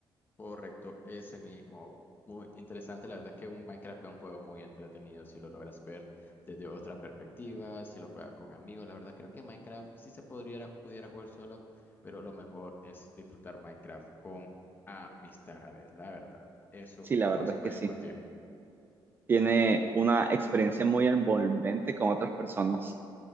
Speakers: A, on the left; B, on the right.
A: Correcto, ese mismo. Muy interesante, la verdad es que un Minecraft es un juego muy entretenido si lo logras ver desde otra perspectiva, si lo juegas con amigos, la verdad creo que Minecraft sí se podría, pudiera jugar solo, pero lo mejor es disfrutar Minecraft con amistades, la verdad, eso
B: Sí, la
A: no
B: verdad
A: se
B: es
A: puede
B: que sí.
A: discutir.
B: Tiene una experiencia muy envolvente con otras personas,